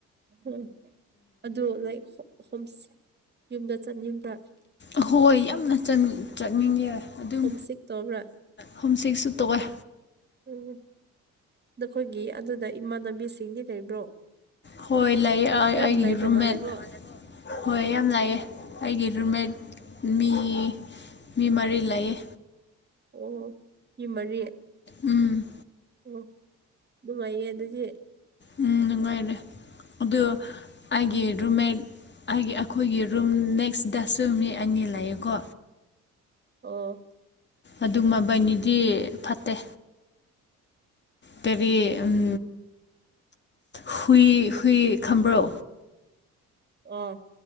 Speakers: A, on the right; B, on the left.
A: ꯍꯨꯝ ꯑꯗꯣ ꯂꯥꯏꯔꯛ ꯁꯣꯛ ꯁꯨꯝ ꯌꯨꯝꯗ ꯆꯠꯅꯤꯡꯕ꯭ꯔꯥ
B: ꯑꯍꯣꯏ ꯌꯥꯝꯅ ꯆꯠ ꯆꯠꯅꯤꯡꯉꯦ ꯑꯗꯨꯝ
A: ꯍꯣꯝ ꯁꯤꯛ ꯇꯧꯕ꯭ꯔꯥ
B: ꯍꯨꯝꯁꯤꯛ ꯁꯨ ꯇꯣꯛꯑꯦ
A: ꯍꯨꯝ ꯅꯈꯣꯏꯒꯤ ꯑꯗꯨꯗ ꯏꯃꯥꯟꯅꯕꯤꯁꯤꯡꯗꯤ ꯂꯩꯕ꯭ꯔꯣ
B: ꯍꯣꯏ ꯂꯩ ꯑꯩ
A: ꯌꯥꯝ
B: ꯑꯩꯒꯤ
A: ꯂꯩꯕ
B: ꯔꯨꯝꯃꯦꯠ
A: ꯃꯥꯜꯂꯦꯀꯣ
B: ꯍꯣꯏ ꯌꯥꯝ ꯂꯩꯑꯦ ꯑꯩꯒꯤ ꯔꯨꯝꯃꯦꯠ ꯃꯤ ꯃꯤ ꯃꯔꯤ ꯂꯩꯑꯦ
A: ꯑꯣ ꯌꯤꯃꯔꯤ
B: ꯎꯝ
A: ꯑꯣ ꯅꯨꯡꯉꯥꯏꯌꯦ ꯑꯗꯨꯗꯤ
B: ꯎꯝꯅꯨꯉꯥꯏꯔꯦ ꯑꯗꯨ ꯑꯩꯒꯤ ꯔꯨꯝꯃꯦꯠ ꯑꯩꯒꯤ ꯑꯩꯈꯣꯏꯒꯤ ꯔꯨꯝ ꯅꯦꯛꯁꯗꯁꯨ ꯃꯤ ꯑꯅꯤ ꯂꯩꯑꯦꯀꯣ
A: ꯑꯣ
B: ꯑꯗꯨꯃꯕꯥꯅꯤꯗꯤ ꯐꯠꯇꯦ ꯇꯔꯤ ꯎꯝ ꯍꯨꯏ ꯍꯨꯏ ꯈꯝꯕ꯭ꯔꯣ
A: ꯑ